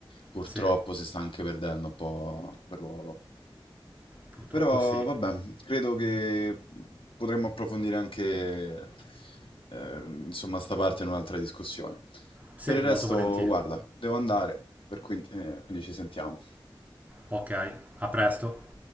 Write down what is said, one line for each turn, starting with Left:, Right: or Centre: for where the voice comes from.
Left: purtroppo
Right: sì,
Left: si sta anche perdendo un po' quel ruolo.
Right: purtroppo
Left: Però
Right: sì.
Left: vabbè, credo che potremmo approfondire anche eh, insomma sta parte in un'altra discussione.
Right: Sì,
Left: Per il resto,
Right: molto volentieri.
Left: guarda, devo andare, per cui, eh, quindi ci sentiamo.
Right: Ok, a presto.